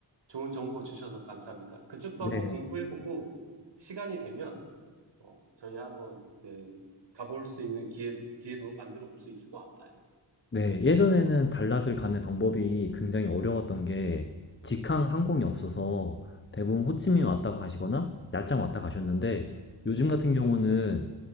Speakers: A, on the right; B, on the left.
A: 좋은 정보 주셔서 감사합니다. 그쪽도
B: 네.
A: 한번 공부해보고 시간이 되면 어, 저희 한번 그 가볼 수 있는 기회, 기회도 만들어 볼 수 있을 것 같아요.
B: 네, 예전에는 달랏을 가는 방법이 굉장히 어려웠던 게
A: 예,
B: 직항 항공이 없어서 대부분 호치민 왔다 가시거나 야짱 왔다 가셨는데 요즘
A: 예,
B: 같은 경우는